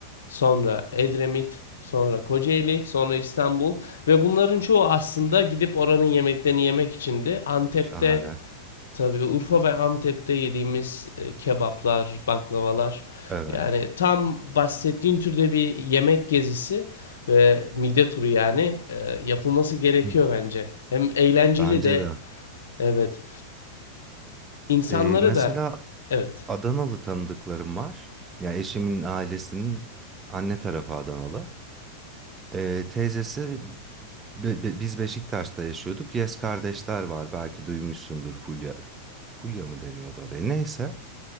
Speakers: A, on the left; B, on the right.
A: sonra Edremit, sonra Kocaeli, sonra İstanbul ve bunların çoğu aslında gidip oranın yemeklerini yemek içindi. Antep'te
B: Şahane.
A: Tabii Urfa ve Antep'te yediğimiz e, kebaplar, baklavalar
B: Evet.
A: yani tam bahsettiğin türde bir yemek gezisi ve mide turu yani e, yapılması gerekiyor
B: <laughs> Hı,
A: bence. Hem eğlenceli
B: Bence
A: de
B: de.
A: evet. İnsanları
B: Eee, mesela
A: da evet.
B: Adanalı tanıdıklarım var. Ya eşimin ailesinin anne tarafı Adanalı. Ee, teyzesi be- be- biz Beşiktaş'ta yaşıyorduk. Yes kardeşler var belki duymuşsundur Fulya. Fulya mı deniyordu oraya? Neyse.